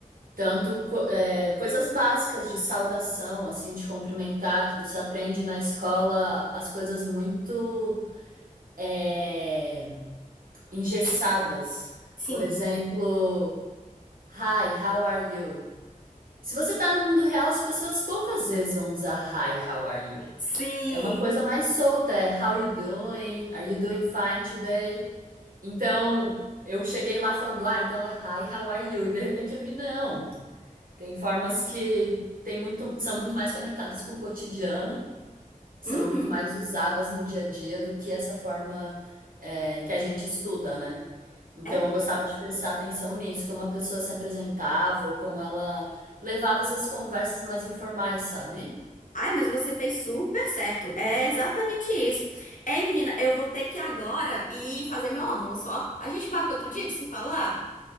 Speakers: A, on the right (about 85°); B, on the left (about 65°).
A: Tanto co- é, coisas básicas de saudação, assim, de cumprimentar, que você aprende na escola as coisas muito é, engessadas.
B: sim,
A: Por exemplo, Hi, how are you? Se você tá no mundo real, as pessoas poucas vezes vão usar Hi, how are you?
B: sim.
A: É uma coisa mais solta, é How you doing? Are you doing fine today? Então, eu cheguei lá falando, ah, então é hi, how are you? E de repente eu vi, não. Tem formas que tem muito, são muito mais conectadas com o cotidiano, são
B: Uhum,
A: muito mais usadas no dia a dia do que essa forma é, que a gente estuda, né? Então,
B: é.
A: eu gostava de prestar atenção nisso, como a pessoa se apresentava, ou como ela levava essas conversas mais informais, sabe?
B: Ai, mas você fez super certo. É exatamente isso. Ei, menina, eu vou ter que ir agora e fazer meu almoço, ó. A gente marca outro dia de se falar?